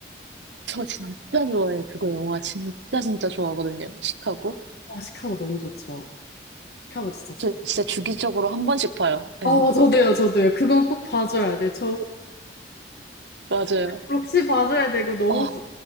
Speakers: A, on the right (about 80°); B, on the left (about 60°).
A: 저 진짜 좋아해요, 그거 영화. 진짜 진짜 좋아하거든요, 시카고.
B: 아, 시카고 너무 좋죠. 시카고 진짜 재밌어요.
A: 저 진짜 주기적으로 한 번씩 봐요.
B: 아,
A: 예.
B: 저도요, 저도요. 그건 꼭 봐줘야 돼. 저
A: 맞아요.
B: 록시 봐줘야 되고 너무
A: 아,